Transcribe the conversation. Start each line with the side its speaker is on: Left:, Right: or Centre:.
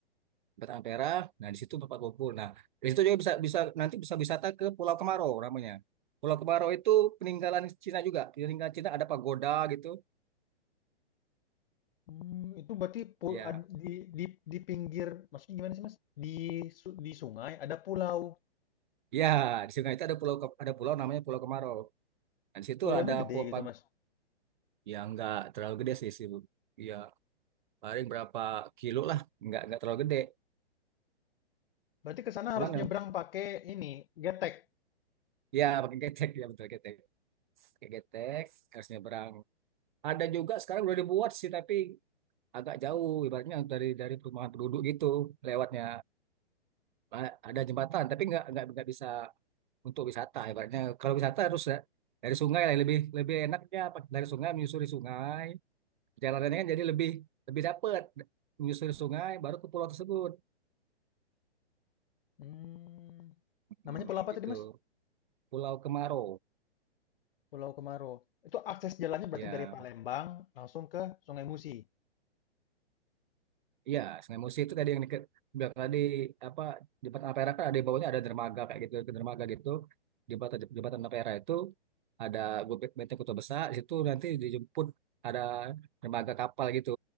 Right: tempat Ampera nah di situ tempat kumpul nah di situ juga bisa bisa nanti bisa wisata ke Pulau Kemarau namanya Pulau Kemarau itu peninggalan Cina juga peninggalan Cina ada pagoda gitu
Left: Mmm, itu berarti pu
Right: ya
Left: ad di di di pinggir maksudnya gimana sih Mas? Di su di sungai ada pulau,
Right: ya di sungai itu ada pulau ada pulau namanya Pulau Kemarau Nah, di situ
Left: pulaunya
Right: ada
Left: gede
Right: pu- pagoda
Left: gitu Mas?
Right: ya nggak terlalu gede sih sih Bu. ya paling berapa kilo lah nggak nggak terlalu gede
Left: Berarti ke sana
Right: cuman
Left: harus
Right: ya
Left: nyebrang pakai ini, getek?
Right: ya, pakai getek ya betul getek pakai getek harusnya berang ada juga sekarang udah dibuat sih tapi agak jauh ibaratnya dari dari perumahan penduduk gitu lewatnya A- ada jembatan tapi nggak nggak nggak bisa untuk wisata ibaratnya kalau wisata harus da- dari sungai lah lebih lebih enaknya pak- dari sungai menyusuri sungai jalanannya kan jadi lebih lebih dapet menyusuri sungai baru ke pulau tersebut
Left: Mmm, namanya
Right: Hmm,
Left: pulau apa
Right: gitu
Left: tadi Mas?
Right: Pulau Kemaro.
Left: Pulau Kemaro. Itu akses jalannya berarti
Right: Ya,
Left: dari Palembang langsung ke Sungai Musi?
Right: ya. Sungai Musi itu tadi yang deket bilang tadi apa di jembatan Ampera kan ada di bawahnya ada dermaga kayak gitu, ke dermaga gitu. Di Jembatan jembatan Ampera itu ada Gobek Benteng Kota Besar, di situ nanti dijemput ada dermaga kapal gitu.